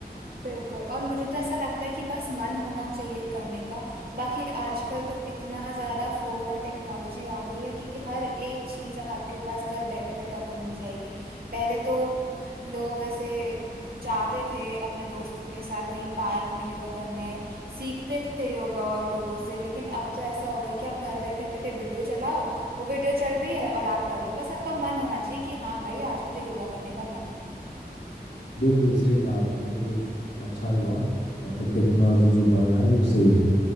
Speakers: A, on the right; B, on the left.
A: बिल्कुल और मुझे तो ऐसा लगता है कि बस मन होना चाहिए करने का बाकी आजकल तो इतना ज्यादा फोन और टेक्नोलॉजी आ गई है कि हर एक चीज आपके पास घर बैठे बैठे आपको मिल जाएगी पहले तो लोग ऐसे जाते थे अपने दोस्तों के साथ कहीं पार्क में योगा करने सीखते थे योगा और लोगों से लेकिन अब तो ऐसा हो गया कि आप घर बैठे बैठे वीडियो चलाओ वो वीडियो चल रही है और आप कर लो बस आपका मन होना चाहिए कि हाँ भाई आज मुझे योगा करने का मन है
B: बिल्कुल सही कहा आपने ये तो अच्छा हुआ मतलब टेक्नोलॉजी जो बढ़ रहा है जो सही है